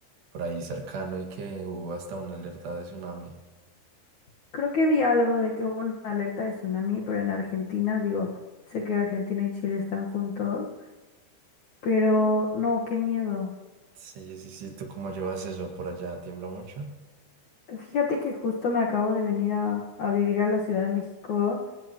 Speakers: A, on the right; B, on the left.
A: por ahí cercano y que hubo hasta una alerta de tsunami.
B: Creo que vi algo de que hubo una alerta de tsunami, pero en Argentina, digo, sé que Argentina y Chile están juntos, pero no, qué miedo.
A: Sí, sí, sí, ¿tú cómo llevas eso? ¿Por allá tiembla mucho?
B: Fíjate que justo me acabo de venir a, a vivir a la Ciudad de México